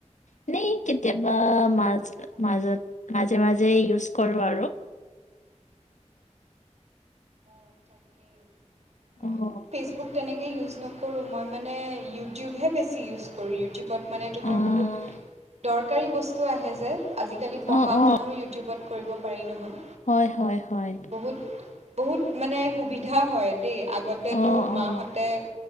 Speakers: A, on the left; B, on the right.
A: এনেই কেতিয়াবা মাজ
B: অঁ
A: মাজত মাজে মাজে ইউজ কৰোঁ আৰু।
B: অঁ তাকে ময়ো
A: অ',
B: ফেচবুক তেনে ইউজ নকৰোঁ মই মানে ইউটিউবহে বেছি ইউজ কৰোঁ ইউটিউবত। মানে তোমাৰ
A: অ',
B: বহুত দৰকাৰী বস্তু আহে যে। আজিকালি পঢ়া
A: অ', অ,
B: শুনাও ইউটিউবত কৰিব পাৰি নহয়।
A: হয়, হয়, হয়।
B: বহুত বহুত মানে সুবিধা হয় দেই, আগতেতো
A: অ',
B: মাহঁ
A: অ',
B: তে